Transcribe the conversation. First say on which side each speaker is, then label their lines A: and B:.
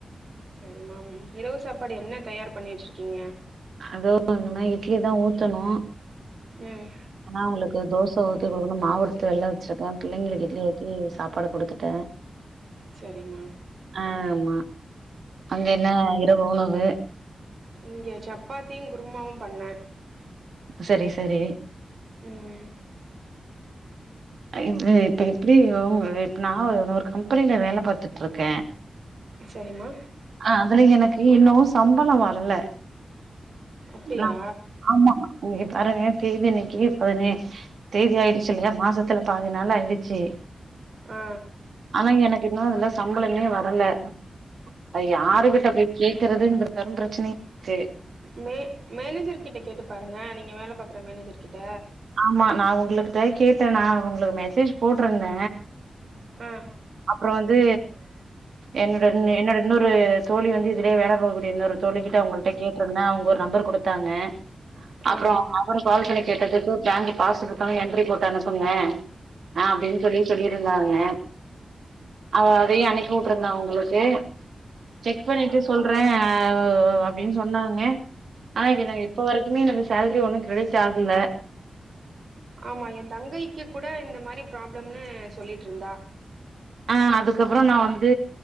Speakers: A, on the right; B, on the right.
A: செரிமாம் இரவு சாப்பாடு என்ன தயார் பண்ணி வெச்சிருக்கிங்க
B: அது இனிமே இட்லிதா ஊத்தணு
A: ம்
B: ஆனா அவுங்களுக்கு தோச ஊத்தி குடுக்கணு மாவெடுத்து வெளில வெச்சிருக்க பிள்ளைங்களுக்கு இட்லிய ஊத்தி சாப்பாடு குடுத்துட்ட
A: சரிம்மா
B: ஆமா அங்க
A: ம்
B: என்ன இரவு உணவு
A: இங்க சப்பாத்தியு குருமாவு பண்ண
B: சரி சரி
A: ம்
B: இ இப்ப எப்டி அ இப்ப நா நா ஒரு கம்பெனில வேல பாத்துட்ருக்க
A: செரிம்மா
B: அ அதுல எனக்கு இன்னு சம்பள வர்ல
A: அப்டியா
B: ந ஆமா இங்கே பாருங்க தேதி இன்னக்கு பதினே தேதி ஆயிடுச்சில்லையா மாசத்துல பாதி நாள் ஆயிடுச்சு
A: ஆ
B: ஆனா எனக்கு இன்னு அதுல சம்பளமே வரல நா யாருகிட்ட
A: அ
B: போய் கே க்கறதுங்றது பிரச்சனை இருக்கு
A: மே மேனேஜர் கிட்ட கேட்டு பாருங்க நீங்க வேல பாக்குற மேனேஜர் கிட்ட
B: ஆமா நா உங்களுகிட்ட கேட்டனா உங்ளுக்கு மெசேஜ் போட்ருந்த
A: அ
B: அப்ற வந்து என்னோட இன் என்னோட இன்னொரு தோழி வந்து இதுலயே வேலை பாக்ககூடிய இன்னொரு தோழிகிட்ட அவங்கள்ட்ட கேட்ருந்த அவங்க ஒரு நம்பர் குடுத்தாங்க அப்றோ
A: ஆ
B: அவரு கால் பண்ணி கேட்டதுக்கு கேட்டதுக்கு பேங்க் பாஸ் புக்கல்லா என்ட்ரி போட்டு அனுப்புங்க ஆ அப்டின்னு சொல்லி சொல்லிருந்தாங்க, அவ அதையு அனுப்பி வுட்டுருந்தா அவங்களுக்கு செக் பண்ணிட்டு சொல்றே அப்டின்னு சொன்னாங்க ஆனா எனக்கு இப்ப வரைக்குமே எனக்கு சேலரி ஒன்னு கிரெடிட் ஆகல
A: ஆமா என் தங்கைக்கு கூட இந்த மாரி ப்ராப்ளம்னு சொல்லிட்டு இருந்தா
B: அ அதுக்கப்பறோ நா வந்து